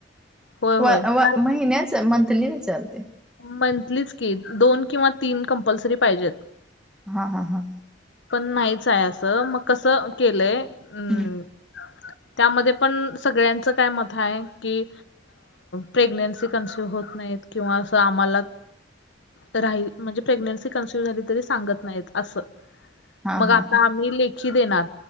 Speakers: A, on the left; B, in the centre.
A: होय
B: व
A: होय
B: व
A: कारण
B: महिन्याच? मंथली विचारते
A: मंथलीच कि दोन किंवा तीन कंपल्सरी पाहिजेत.
B: हा हा हा.
A: पण नाहीच आहे असं मग कसं केलंय अम्
B: हम्म
A: त्यामध्ये पण सगळ्यांचं काय मत आहे की प्रेग्नेन्सी कन्सिव होत नाहीत किंवा अस आम्हाला राहिल म्हणजे प्रेग्नेन्सी कन्सिव झाली तरी सांगत नाहीत असं
B: हा
A: मग
B: हा
A: आता
B: हा
A: आम्ही लेखी देणार